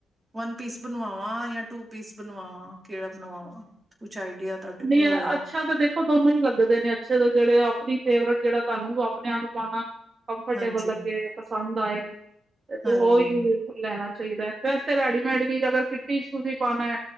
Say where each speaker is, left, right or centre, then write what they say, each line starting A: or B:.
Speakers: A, on the right; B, on the right.
A: ਵਨ-ਪੀਸ ਬਣਵਾਵਾਂ ਯਾਂ ਟੂ-ਪੀਸ ਬਣਵਾਵਾਂ? ਕੇੜਾ ਬਣਵਾਵਾਂ, ਕੁਛ ਆਈਡੀਆ ਤੁਹਾਡੇ ਕੋਲ
B: ਨਈ
A: ਹੋਏ
B: ਅੱਛਾ ਤਾ ਦੇਖੋ ਦੋਨੋ ਈ ਲੱਗਦੇ ਨੇ, ਅੱਛੇ ਦੇ ਜੇੜੇ ਓ ਤੁਸੀ ਫੇਵਰਟ ਜੇੜਾ ਤਾਨੂੰ ਆਪਣੇ ਆਪ ਨੂੰ ਪਾਨਾ ਕੰਫਰਟੇਬਲ
A: ਹਾਂਜੀ
B: ਲੱਗੇ ਪਸੰਦ ਆਏ। ਅਤੇਂ
A: ਹਾਂਜੀ
B: ਓ ਯੂਜ ਲੈਣਾ ਚਾਈਦਾ ਵੈਸੇ ਰੈਡੀਮੇਡ ਵੀ ਅਗਰ ਕਿੱਟੀ ਚ ਤੁਸੀਂ ਪਾਣਾ